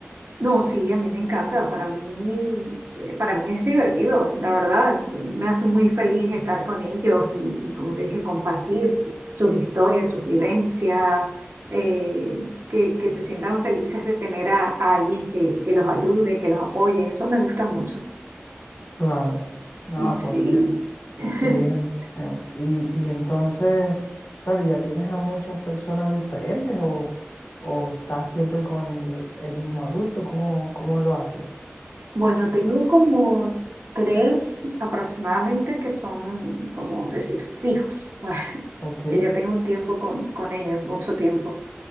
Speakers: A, on the right; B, on the left.
A: No, sí, a mí me encanta, para mí, eh, para mí es divertido, la verdad, me hace muy feliz estar con ellos y, y como te dije, compartir sus historias, sus vivencias, eh, que, que se sientan felices de tener a, a alguien que, que los ayude, que los apoye, eso me gusta mucho.
B: Claro. Ah,
A: Sí.
B: pues mira.
A: <laughs>
B: Qué bien. em, y, y entonces, claro, ¿ya tienes a muchas personas diferentes o, o estás siempre con el, el mismo adulto? ¿Cómo, cómo lo haces?
A: Bueno, tengo como tres aproximadamente que son, como decir, fijos, <laughs> pues,
B: Ok.
A: que ya tengo un tiempo con, con ellos, mucho tiempo.